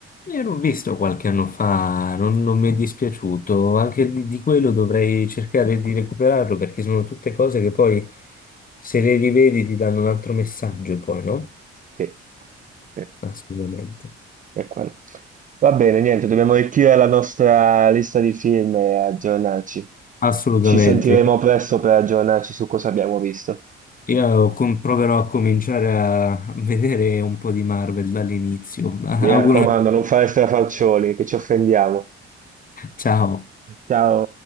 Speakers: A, on the left; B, on the right.
A: Io l'ho visto qualche anno fa, non, non mi è dispiaciuto, anche di, di quello dovrei cercare di recuperarlo perché sono tutte cose che poi se le rivedi ti danno un altro messaggio poi, no?
B: Sì, sì,
A: Assolutamente.
B: è quello. Va bene, niente, dobbiamo arricchire la nostra lista di film e aggiornarci.
A: Assolutamente.
B: Ci sentiremo
A: Ecco,
B: presto per aggiornarci su cosa abbiamo visto.
A: Io com- proverò a cominciare a vedere un po' di Marvel dall'inizio. <laughs> Auguro.
B: Mi raccomando, non fare strafalcioni, che ci offendiamo.
A: Ciao.
B: Ciao.